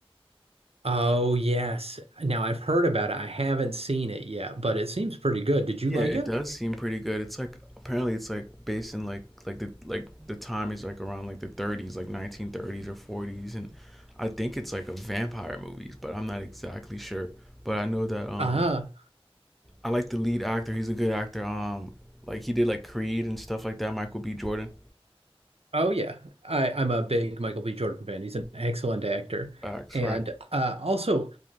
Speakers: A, on the right; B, in the centre.
A: Oh yes. Now I've heard about it. I haven't seen it yet, but it seems pretty good. Did you
B: Yeah,
A: like
B: it
A: it?
B: does seem pretty good. It's like apparently it's like based in like like the like the time is like around like the 30s, like 1930s or 40s, and I think it's like a vampire movies, but I'm not exactly sure. But I know that um
A: Uh huh.
B: I like the lead actor. He's a good actor. Um, like he did like Creed and stuff like that. Michael B. Jordan.
A: Oh yeah, I, I'm a big Michael B. Jordan fan. He's an excellent actor,
B: Facts,
A: and
B: right?
A: uh, also